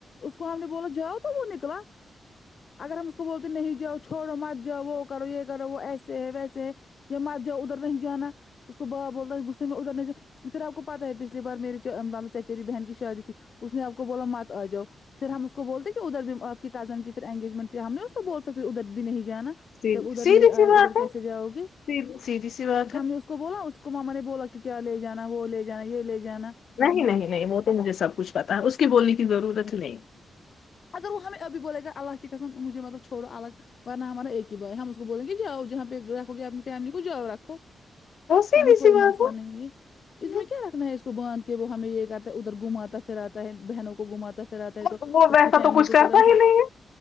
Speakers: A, on the left; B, on the left.
A: اس کو ہم نے بولا جاؤ تو وہ نکلا اگر ہم کو بولتے نہیں جاؤ چھوڑو مت جاؤ وہ کرو یہ کرو وہ ایسے ہے ویسے ہے یا مت جاؤ ادھر نہیں جانا اس کو با بولتا غصے میں ادھر نہیں جا پھر آپ کو پتا ہے پچھلی بار میری چا مانو چچیری بہن کی شادی تھی اس نے آپ کو بولا مت آ جاؤ پھر ہم اس کو بولتے ہیں کہ ادھر بھی آپ کی کزن کی پھر انگیجمنٹ تھی ہم نے اس کو بول سکتے ادھر بھی نہیں جانا
B: سیدھی
A: جب ادھر نہیں
B: سی
A: آئے
B: بات
A: ادھر
B: ہے
A: کیسے جاؤ گی
B: سیدھی سیدھی سی بات
A: ہم
B: ہے
A: نے اس کو بولا اس کو ماما نے بولا کہ کیا لے جانا وہ لے جانا یہ لے جانا
B: نہیں نہیں نہیں وہ تو مجھے سب کچھ پتا ہے اس کے بولنے کی ضرورت ہی نہیں
A: اگر وہ ہمیں ابھی بولے گا اللہ کی قسم مجھے مطلب چوڑو الگ ورنہ ہمارا ہی بو ہے ہم اس کو بول گے جاؤ جہاں پہ رکھو گے اپنی فیملی کو جاؤ رکھو
B: وہ سیدھی
A: ہمیں کوئی
B: سی
A: مسلہ
B: بات
A: نہیں ہے
B: ہے
A: اس میں کیا رکھنا ہے اس کو باندھ کے وہ ہمیں یہ کرتا ہے ادھر گھماتا پھراتا ہے بہنوں کو گھماتا پھرآتا ہے
B: وہ
A: تو
B: وہ
A: اس
B: ویسا
A: کی فیملی
B: تو کچھ
A: کو
B: کرتا
A: کرو ایسے
B: ہی نہیں ہے